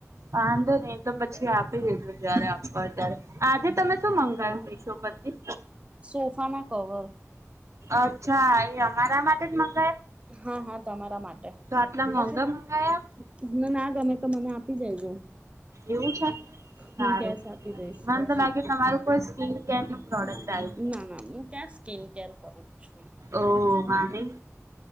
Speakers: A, on the right; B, on the right.
A: વાંધો નહી તો પછી આપી દેજો જયારે આપવા હોય ત્યારે આજે તમે શું મંગાયુ મિશો પરથી.
B: સોફા ના કવર
A: અચ્છા એ અમારા માટે જ મંગ
B: હા-હા તમારા માટે.
A: આટલા
B: માટે.
A: મોંઘા
B: પછી
A: મંગાયા?
B: તમને ના ગમે તો મને આપી દેજો.
A: એવું છે
B: હું
A: સારું.
B: કેશ આપી દઈશ
A: મને
B: પછી
A: તો લાગે તમારું કોઈ સ્કીન કેર નું પ્રોડક્ટ આવ્યું
B: ના-ના હું ક્યાં સ્કિન કેર કરું છું
A: ઓ હા નઈ.